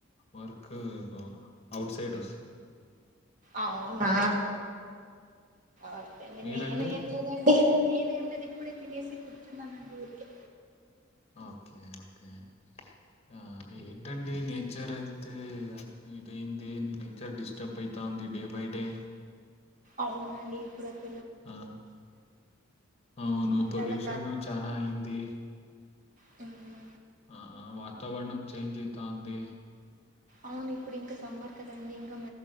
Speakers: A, on the left; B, on the right.
A: వర్కుకు అఔట్ సైడ్ వసాయ్
B: అవునా ఒకే
A: మీరండి
B: నేను ఏం లేదండి నేనేం లేది ఇప్పుడే తినేసి కూర్చున్నానండి. ఊరికే
A: ఓకే ఓకే ఆ ఏంటండి నే జేరంతే ఇదైది. నేనైతే డిస్టర్బ్ అయితాంది డే బై డే
B: అవునండి ఇప్పుడత్
A: ఆ అవును పొల్యూషన్
B: చాలా
A: చానా అయింది.
B: హుహూ
A: ఆఆ వాతావరణం చేంజ్ అయితాంది
B: అవును ఇప్పుడు ఇంకా సమ్మర్ కదండి ఇంక్